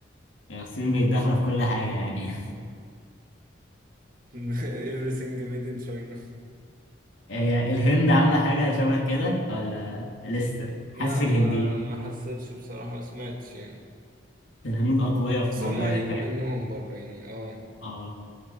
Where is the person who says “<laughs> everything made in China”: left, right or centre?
Right